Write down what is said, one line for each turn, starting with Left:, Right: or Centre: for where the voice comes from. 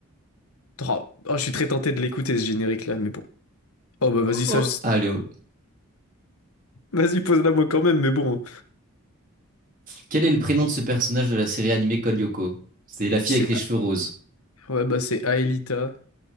Left: Oh, oh, je suis très tenté de l'écouter ce générique-là, mais bon. Oh bah vas-y,
Right: Oh,
Left: ça.
Right: oh. Allez, oh.
Left: Vas-y, pose-la moi quand même, mais bon.
Right: Quel est le prénom de ce personnage de la série animée Code Lyoko? C'est la fille
Left: C'est,
Right: avec les cheveux roses.
Left: ouais, bah c'est Aelita.